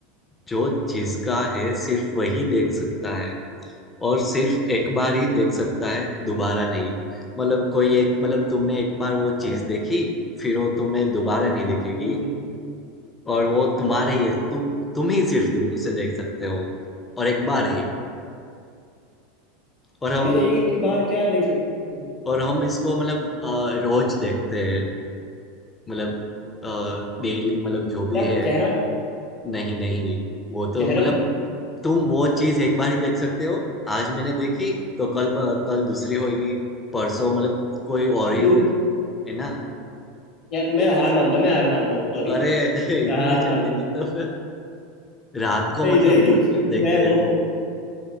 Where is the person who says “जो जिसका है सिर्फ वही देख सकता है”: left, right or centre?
Left